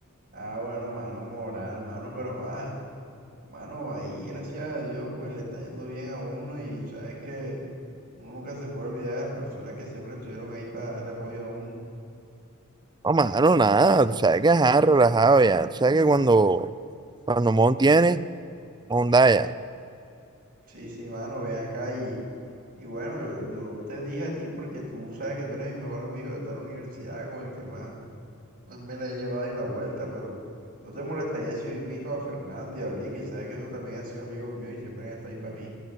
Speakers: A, on the right; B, on the right.
A: Ah, bueno, mano, moral, mano, pero joda, mano, ahí, gracias a Dios, pues le está yendo bien a uno y sabes que uno nunca se puede olvidar de las personas que siempre estuvieron ahí para darle apoyo a uno.
B: No, mano, nada. Tú sabes que, ajá, relajado ya. Tú sabes que cuando, cuando Mon tiene, onda ya.
A: Sí, sí, mano, ven acá y, y bueno, yo, yo te dije a ti porque tú sabes que tú eres mi mejor amigo de toda la universidad con el que más Pues me la he llevado y la vuelta, pero no te molestaría si yo invito a Fernando y a Oli, que sabes que eso también ha sido amigos míos y siempre han estado ahí para mí.